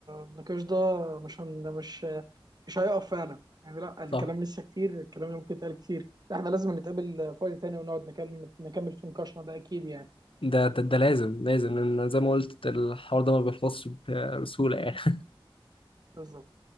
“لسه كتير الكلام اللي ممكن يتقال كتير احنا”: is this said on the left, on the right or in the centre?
Right